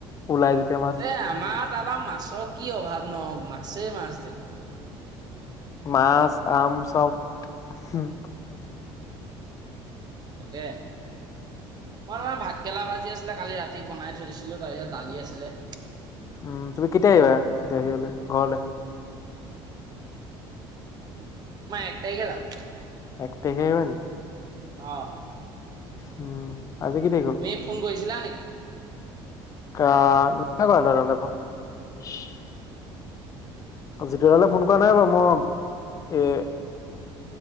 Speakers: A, on the left; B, on the right.
A: ওলাই যেতিয়া মাছ।
B: এ আমাৰ ত' আৰু মাছৰ কি অভাৱ ন মাছেই মাছ দেখোন।
A: মাছ -আম চব হম।
B: তাকে। মইয় ভাতকৰেলা ভাজি আছিলে কালি ৰাতি বনাই থৈ দিছিলো তাৰ ইয়াত দালি আছিলে।
A: উম, তুমি কেতিয়া আহিবা এতিয়া আহি পালে ঘৰলে?
B: মই এক তাৰিখে যাম।
A: এক তাৰিখে আহিবা নি?
B: অহ'।
A: উম আজি কি তাৰিখ হ'ল
B: তুমি ফোন কৰিছিলা নেকি?
A: <unintelligible> যিতু দালৈ ফোন কৰা নাই বাৰু মই এ'